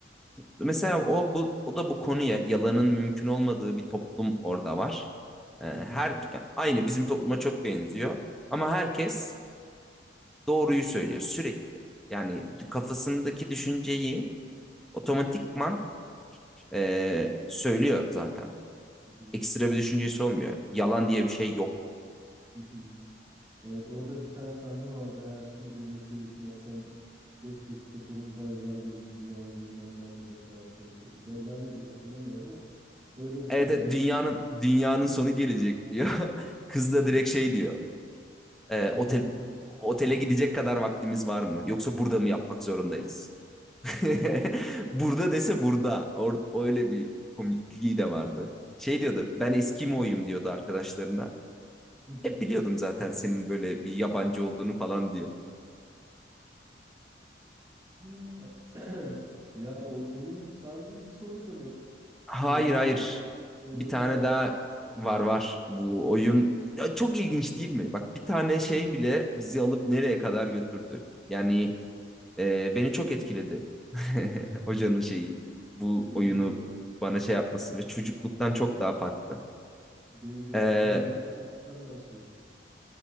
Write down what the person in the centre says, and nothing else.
Mesela o bu o da bu konuya yalanın mümkün olmadığı bir toplum orada var. Ee, her
aynı bizim topluma çok benziyor ama herkes doğruyu söylüyor sürekli. Yani kafasındaki düşünceyi otomatikman e, söylüyor zaten.
ekstra bir düşüncesi olmuyor. Yalan diye bir şey yok.
Evet, evet
dünyanın dünyanın
sonu gelecek diyor. <laughs> Kız da direkt şey diyor. E,
otel otele gidecek kadar vaktimiz var mı? Yoksa
burada mı yapmak zorundayız? <laughs> burada dese burada. Or- öyle bir komikliği de vardı. Şey diyordu ben Eskimo'yum diyordu arkadaşlarına.
Hep biliyordum
zaten senin böyle bir yabancı olduğunu falan diyor.
Hayır
hayır.
Bir tane
daha var var bu oyun. Ya çok ilginç değil mi? Bak bir tane şey bile bizi alıp nereye kadar götürdü. Yani e, beni çok etkiledi. <laughs> Hocanın şeyi. Bu
oyunu
bana şey yapması ve çocukluktan çok daha farklı.
E,